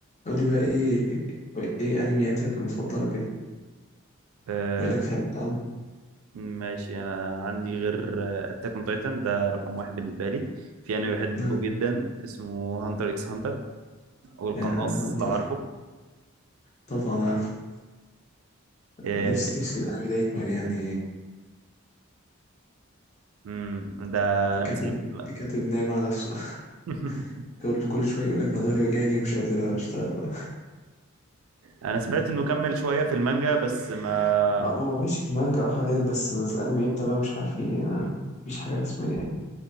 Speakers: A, on the left (about 35°); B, on the right (about 80°).
A: قولي بقى ايه ايه انمياتك المفضلة كده
B: آه،
A: بما انك بتحب الانمي
B: ماشي انا عندي غير اتاك اون تايتن ده رقم واحد بالنسبه لي في انمي بحبه
A: نعم.
B: جدا اسمه هانتر اكس هانتر او القناص
A: يا هنتر
B: لو عارفه
A: طبعا عارف
B: آه،
A: نفسي نفسي الانمي ده يكمل يعني
B: مم، ده
A: الكاتب
B: انا من ساعه ما-
A: الكاتب نايم على نفسه <laughs>
B: <laughs>
A: كل كل شوية يقول لك انا ظهري وجعني ومش قادر اشتغل بقى
B: انا سمعت انه كمل شويه في المانجا بس ما
A: اه ما هو ماشي في المانجا اه حاليا بس بس الانمي امتى بقى مش عارفين يعني ما
B: مم،
A: فيش حاجة رسمية يعني